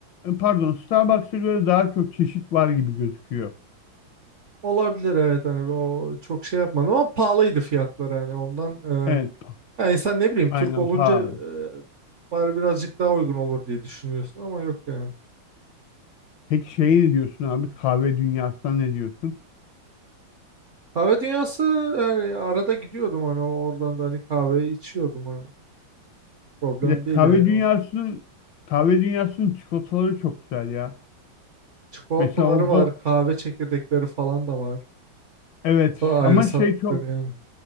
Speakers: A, on the left; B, on the right.
A: e, pardon, Starbucks'a göre daha çok çeşit var gibi gözüküyor.
B: olabilir evet. Hani o çok şey yapmadım ama pahalıydı fiyatları hani ondan. E,
A: Evet, pa-
B: yani insan ne bileyim
A: aynen
B: Türk olunca
A: pahalı.
B: e, bari birazcık daha uygun olur diye düşünüyorsun ama yok yani.
A: Peki şey ne diyorsun abi? Kahve dünyasına ne diyorsun?
B: Kahve dünyası yani arada gidiyordum hani oradan da hani kahve içiyordum hani problem
A: Bir de kahve
B: değil yani
A: dünyasının
B: o
A: kahve dünyasının çikolataları çok güzel ya.
B: çikolataları
A: Mesela o go
B: var kahve çekirdekleri falan da var
A: evet
B: Sa- ayrı
A: ama
B: sattıkları
A: şey çok
B: yani